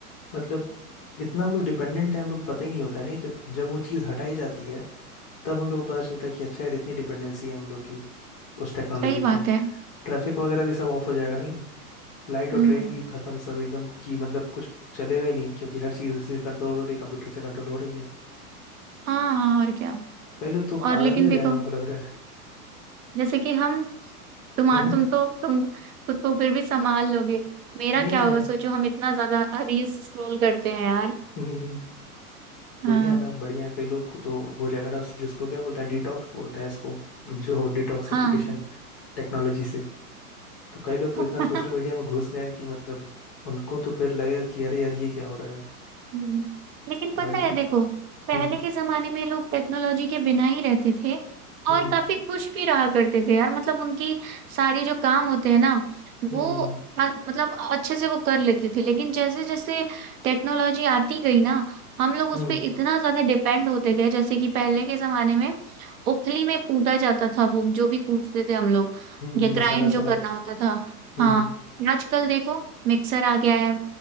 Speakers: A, on the left; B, on the right.
A: मतलब इतना हम लोग डिपेंडेंट है हम लोग को पता ही नहीं होता है नहीं जब जब वो चीज हटाई जाती है तब हम लोग को पता चलता है कि अच्छा यार इतनी डिपेंडेंसी है हम लोग की उस टेक्नोलॉजी
B: सही बात
A: पे
B: है
A: ट्रैफिक वगैरह भी सब ऑफ हो जाएगा नहीं फ्लाइट
B: हम्म
A: और ट्रेन भी खत्म सब एकदम की मतलब कुछ चलेगा ही नहीं क्योंकि हर चीज़ उसी कंट्रोल हो रही है कंप्यूटर से कंट्रोल हो रही है
B: हाँ हाँ और क्या
A: कई लोग तो
B: और
A: पागल
B: लेकिन
A: ही हो
B: देखो
A: जाएंगे हमको लग रहा
B: जैसे कि हम तुम
A: है
B: तुम
A: <laughs>
B: तो तुम खुद को फिर भी संभाल लोगे मेरा
A: नहीं
B: क्या
A: नहीं
B: होगा
A: यार
B: सोचो हम इतना ज्यादा रील्स स्क्रॉल करते हैं यार
A: हम्म, <laughs>
B: हाँ
A: बढ़िया है ना बढ़िया है कई लोग को तो हो जाएगा ना जिसको क्या बोलते हैं डिटॉक्स बोलते हैं इसको जो डिटॉक्सिफिकेशन
B: हाँ
A: टेक्नोलॉजी से तो कई लोग तो
B: <laughs>
A: इतना
B: हम्म
A: सोशल मीडिया में घुस गए हैं कि मतलब उनको तो फिर लगेगा कि अरे यार ये क्या हो रहा है
B: हम्म, लेकिन पता
A: वही
B: है
A: है।
B: देखो पहले
A: हम्म
B: के जमाने में लोग टेक्नोलॉजी के बिना ही रहते थे
A: हम्म
B: और काफी खुश भी रहा करते थे यार मतलब उनकी सारी जो काम होते हैं ना
A: हम्म
B: वो अ- मतलब अच्छे से वो कर लेते थे लेकिन जैसे जैसे टेक्नोलॉजी आती गई ना हम लोग उस
A: हम्म हम्म
B: पे इतना ज्यादा डिपेंड होते गए जैसे कि पहले के जमाने में उखली में कूटा जाता था वो जो भी कूटते थे हम लोग
A: हम्म,
B: या ग्राइंड
A: मसाला
B: जो
A: सला
B: करना होता था
A: हम्म
B: हाँ
A: हम्म
B: आजकल देखो मिक्सर आ गया है